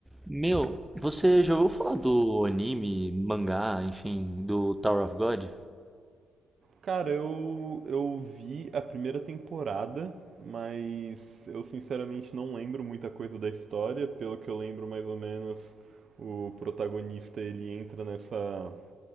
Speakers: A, in the centre; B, on the right (about 55°).
A: Meu, você já ouviu falar do anime, mangá, enfim, do Tower of God?
B: Cara, eu, eu vi a primeira temporada, mas eu sinceramente não lembro muita coisa da história. Pelo que eu lembro, mais ou menos, o protagonista ele entra nessa,